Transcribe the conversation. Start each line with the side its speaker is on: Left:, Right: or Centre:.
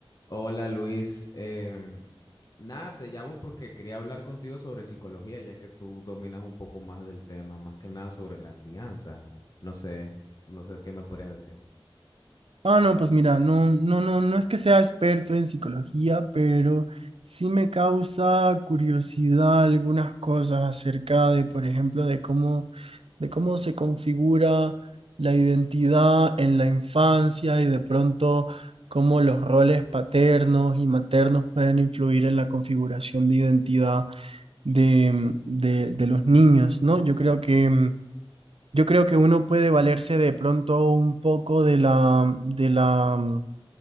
Left: Hola Luis, Em, nada, te llamo porque quería hablar contigo sobre psicología, ya que tú dominas un poco más del tema, más que nada sobre la crianza. No sé, no sé qué me podrías decir.
Right: Ah, no, pues mira, no, no, no, no es que sea experto en psicología, pero sí me causa curiosidad algunas cosas acerca de, por ejemplo, de cómo, de cómo se configura la identidad en la infancia y de pronto cómo los roles paternos y maternos pueden influir en la configuración de identidad de, de, de los niños, ¿no? Yo creo que mm, yo creo que uno puede valerse de pronto un poco de la, de la, mm,